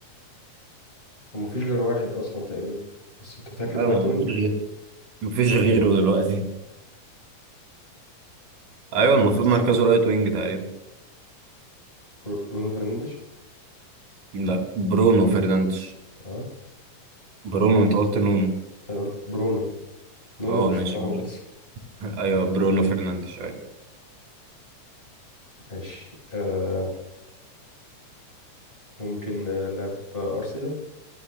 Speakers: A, on the left; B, on the right.
A: ومفيش غير واحد اصلا تقريبا بس انت متاكد
B: ايوه
A: رايت وينج
B: مفيش غيره مفيش غيره دلوقتي ايوه
A: فرنانديز
B: المفروض مركزه رايت وينج تقريبا
A: برو... برونو فرنانديز
B: لا برونو فرنانديز
A: اه
B: برونو انت قلت نونو
A: انا قلت برونو نونو
B: اه
A: مش
B: ماشي
A: معاهم
B: <laughs>
A: اصلا
B: ايوه برونو فرنانديز ايوه
A: ماشي آه ممكن آه لعب في ارسنال